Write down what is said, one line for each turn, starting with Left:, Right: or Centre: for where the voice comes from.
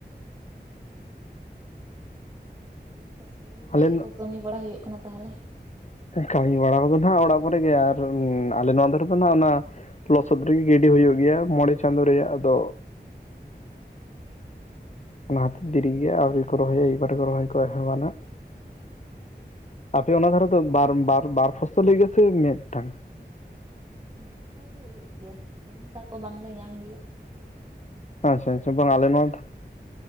Right: ᱛᱟᱯᱚᱨᱮ ᱪᱮᱫ
Left: ᱟᱞᱮ
Right: ᱠᱚ ᱠᱟᱹᱢᱤ ᱵᱟᱲᱟ ᱦᱩᱭᱩᱜ ᱠᱟᱱᱟ ᱛᱟᱦᱚᱞᱮ
Left: ᱠᱟᱹᱢᱤ ᱵᱟᱲᱟᱟ ᱠᱚᱫᱚ ᱱᱟᱜ ᱚᱲᱟᱜ ᱠᱚᱨᱮ ᱜᱮ ᱟᱨ ᱟᱞᱮ ᱱᱚᱣᱟ ᱫᱷᱟᱨᱮ ᱫᱚ ᱱᱟᱜ ᱚᱱᱟ ᱞᱚᱥᱚᱫ ᱨᱮᱜᱮ ᱜᱤᱰᱤ ᱦᱩᱭᱩᱜ ᱜᱮᱭᱟ ᱢᱚᱬᱮ ᱪᱟᱸᱫᱳ ᱨᱮᱭᱟᱜ ᱟᱫᱚ ᱚᱱᱟ ᱦᱚᱛᱤ ᱫᱮᱨᱤᱜᱮ ᱟᱨᱣᱮ ᱠᱚ ᱨᱚᱦᱚᱭᱟ ᱮᱭᱵᱟᱨᱮ ᱠᱚ ᱨᱚᱦᱚᱭ ᱠᱚ ᱮᱦᱚᱵᱟ ᱱᱟᱜ
Right: ᱚ
Left: ᱟᱯᱮ ᱚᱱᱟ ᱫᱷᱟᱨᱮ ᱫᱚ ᱵᱟᱨ ᱵᱟᱨ ᱯᱷᱚᱥᱚᱞ ᱦᱩᱭᱩᱜ ᱜᱮᱭᱟᱥᱮ ᱢᱤᱫᱴᱟᱝ
Right: ᱢᱤᱫ ᱫᱷᱟᱣᱜᱤ ᱦᱩᱭᱩᱜ ᱜᱮᱭᱟ ᱠᱮᱱᱮᱞ ᱫᱟᱠᱚ ᱵᱟᱝᱞᱮ ᱧᱟᱢ ᱜᱮᱭᱟ
Left: ᱟᱪᱪᱷᱟ
Right: ᱛᱟᱦᱚᱞᱮ
Left: ᱟᱪᱪᱷᱟ ᱵᱟᱝ ᱟᱞᱮ ᱱᱚᱣᱟ